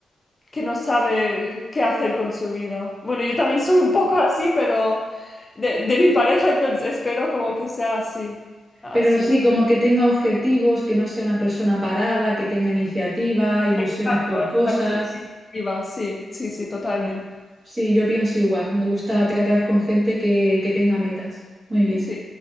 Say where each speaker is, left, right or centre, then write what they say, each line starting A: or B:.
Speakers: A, on the left (about 25°); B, on the right (about 35°).
A: que no sabe qué hacer con su vida. Bueno, yo también soy un poco así, pero de, de mi pareja, entonces espero como que sea así, así.
B: Pero sí, como que tenga objetivos, que no sea una persona parada, que tenga iniciativa, ilusiones
A: Exacto,
B: por cosas.
A: exacto. Iniciativa, Sí, sí, sí, totalmente.
B: Muy bien. Sí, yo pienso igual. Me gusta tratar con gente que, que tenga metas. Muy bien.
A: Sí.